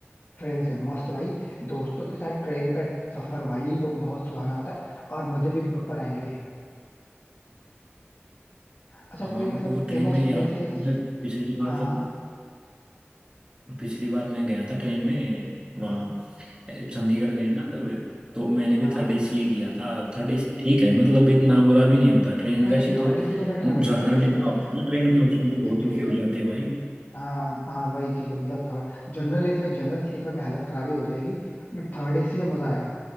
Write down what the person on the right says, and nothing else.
हाँ
वो
ट्रेन में यार
मैं पिछली बार
जब पिछली बार मैं गया था ट्रेन में
वहाँ चंडीगढ़ गया ना जब तो मैंने भी
थर्ड एसी ही किया था थर्ड एसी ठीक है मतलब इतना बुरा भी नहीं होता ट्रेन
वैसे
तो
जर्नल
डिब्बा
होता
है ना ट्रेन का उसमें
तो बहुत दुखी
हो जाते हैं भाई